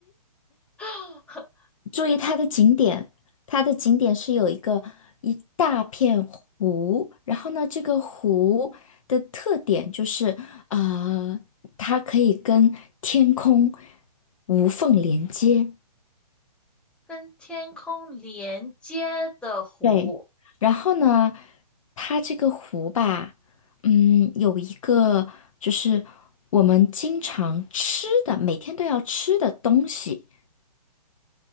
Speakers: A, in the centre; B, on the left.
A: <laughs>
B: 注意它的景点，它的景点是有一个一大片湖，然后呢，这个湖的特点就是，呃，它可以跟天空无缝连接。
A: 跟天空连接的湖，
B: 对，然后呢，它这个湖吧，嗯，有一个就是我们经常吃的，每天都要吃的东西，